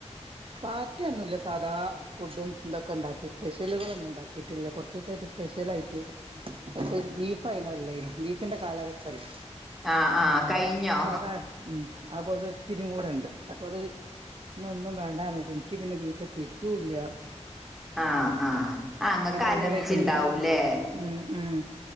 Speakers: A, on the right; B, in the centre.
A: പാർട്ടി ഒന്നുംയില്ല സാധാ ഫുഡും ഇതൊക്കെ ഉണ്ടാക്കി സ്പെഷ്യലുകളൾ ഒന്നും ഉണ്ടാക്കിട്ടില്ല കൊറച്ച് ദെവസമായിട്ട്- സ്പെഷ്യൽ ആയിട്ട് ഇപ്പ ബീഫ് ആയനോ അല്ലനും ബീഫിന്റെ കാലഘട്ടല്ലോ
B: ആഹ് ആഹ് കഴിഞ്ഞോ
A: അപ്പൊ അതാണ് ഉം അപ്പൊ അത് ഇത്തിരി കൂടെണ്ട് അപ്പൊ അത് ഇന്ന് ഒന്നും - വേണ്ടന്ന് പറഞ്ഞിട്ട് എനിക്ക് പിന്നെ ബീഫ് പിടിക്കുയില്ല
B: ആഹ് ആഹ് ആ അങ്ങക്ക് അലർജി
A: അയിമലേക്ക് നിന്നില്ല
B: ഉണ്ടാവൂല്ലേ
A: ഉം ഉം